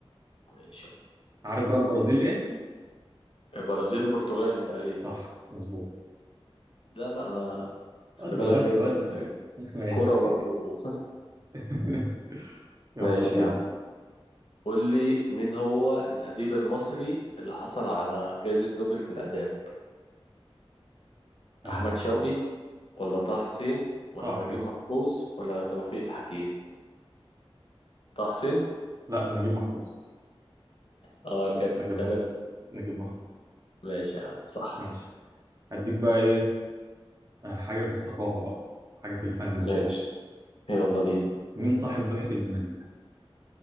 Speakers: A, on the left (about 65°); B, on the right (about 35°).
A: ماشي يا عم.
B: عارف بقى البرازيل ايه
A: البرازيل برتغالي تقريبا
B: صح مظبوط
A: لا لا انا خلي
B: ودي
A: بالك
B: ودي
A: جامد
B: ودي
A: في الحاجات دي
B: <laughs> ماشي
A: كورة برضو
B: <laughs>
A: <laughs>
B: يلا
A: ماشي
B: بينا
A: يا عم قول لي مين هو الأديب المصري اللي حصل على جائزة نوبل في الآداب
B: آه...
A: أحمد شوقي ولا طه حسين ولا
B: طه حسين
A: نجيب محفوظ ولا توفيق الحكيم طه حسين
B: لا نجيب محفوظ
A: اه رجعت الكلب
B: نجيب محفوظ نجيب محفوظ
A: ماشي يا عم صح
B: ماشي هديك بقى ايه آه حاجة في الثقافة بقى حاجة في الفن وكده
A: ماشي
B: يعني.
A: يلا بينا
B: مين صاحب لوحة الموناليزا